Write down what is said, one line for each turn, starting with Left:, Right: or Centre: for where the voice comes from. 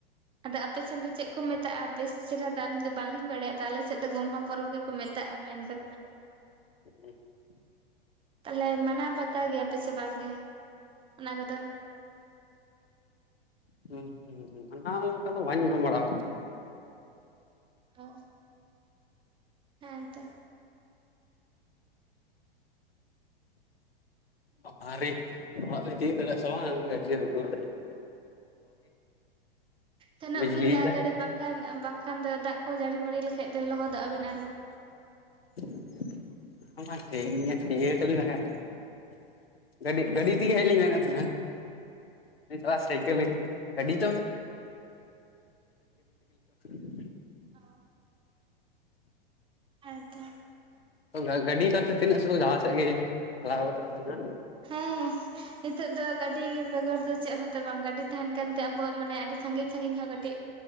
Right: ᱟᱫᱚ ᱟᱯᱮ ᱥᱮᱱ ᱫᱚ ᱪᱮᱜ ᱠᱚ ᱢᱮᱛᱟᱜᱼᱟ? ᱵᱮᱥ ᱪᱮᱨᱦᱟ ᱫᱚ ᱟᱞᱤᱧ ᱫᱚ ᱵᱟᱹᱞᱤᱧ ᱵᱟᱲᱟᱭᱟ ᱛᱚ ᱟᱞᱮ ᱥᱮᱜ ᱫᱚ ᱜᱚᱢᱦᱟ ᱯᱚᱨᱚᱵᱽ ᱜᱮ ᱠᱚ ᱢᱮᱛᱟᱜᱼᱟ ᱢᱮᱱᱫᱚ᱾
Left: <inaudible>
Right: ᱛᱟᱞᱦᱮ ᱢᱟᱱᱟᱣ ᱵᱟᱛᱟᱣ ᱜᱮᱭᱟ ᱯᱮ ᱥᱮ ᱵᱟᱝ ᱜᱮ ᱚᱱᱟ ᱠᱚᱫᱚ?
Left: ᱦᱩᱸ ᱦᱩᱸ ᱦᱩᱸ ᱢᱟᱱᱟᱣ ᱞᱮᱠᱟ ᱫᱚ ᱵᱟᱹᱧ ᱟᱸᱡᱚᱢ ᱵᱟᱲᱟᱣ ᱠᱟᱜ
Right: ᱚ ᱦᱮᱸ ᱛᱚ᱾ <inaudible>
Left: ᱵᱟᱵᱟ ᱨᱮ ᱚᱲᱟᱜ ᱫᱚᱧ ᱛᱤᱭᱟᱹᱜ ᱫᱟᱲᱮᱜᱼᱟ ᱥᱮ ᱵᱟᱝ ᱜᱟᱡᱮ ᱦᱩᱰᱩᱨ ᱫᱟᱭ ᱾
Right: ᱥᱮᱱᱚᱜ
Left: ᱵᱤᱡᱽᱞᱤᱭ
Right: ᱵᱤᱱ ᱛᱟᱛᱟᱲᱤ᱾
Left: ᱫᱟᱭ
Right: ᱵᱟᱝᱠᱷᱟᱱ ᱵᱟᱝᱠᱷᱟᱱ ᱫᱚ ᱫᱟᱜ ᱠᱚ ᱡᱟᱹᱲᱤ ᱢᱟᱹᱲᱤ ᱞᱮᱠᱷᱟᱡ ᱫᱚ ᱞᱚᱦᱚᱫᱚᱜᱼᱟ ᱵᱤᱱ ᱟᱨᱦᱚᱸ
Left: <unintelligible> ᱜᱟᱹᱰᱤ ᱰᱟᱹᱰᱤ
Right: ᱚ
Left: ᱛᱮᱜᱮ ᱦᱮᱡ ᱞᱤᱧ ᱢᱮᱱᱮᱫᱜ ᱛᱟᱦᱮᱱᱟ <unintelligible> ᱜᱟᱹᱰᱤ <unintelligible>
Right: ᱚ ᱦᱮᱸ ᱛᱚ᱾
Left: ᱜᱟ-ᱜᱟᱹᱰᱤ ᱠᱟᱛᱮ ᱛᱤᱱᱟᱹᱜ ᱥᱚᱦᱩ ᱡᱟᱦᱟᱸ ᱥᱮᱜ ᱜᱮ ᱪᱟᱞᱟᱣ ᱜᱚᱫᱚᱜ ᱠᱟᱱᱟ᱾
Right: ᱦᱮᱸ ᱱᱤᱛᱚᱜ ᱫᱚ ᱜᱟᱹᱰᱤ ᱵᱮᱜᱚᱨ ᱫᱚ ᱪᱮᱜ ᱦᱚᱸᱛᱚ ᱵᱟᱝ ᱜᱟᱹᱰᱤ ᱛᱟᱦᱮᱱ ᱠᱟᱱᱛᱮ ᱟᱵᱚᱣᱟᱜ ᱢᱟᱱᱮ ᱟᱹᱰᱤ ᱥᱟᱺᱜᱤᱧ ᱥᱟᱺᱜᱤᱧ ᱦᱚᱸ ᱠᱟᱹᱴᱤᱡ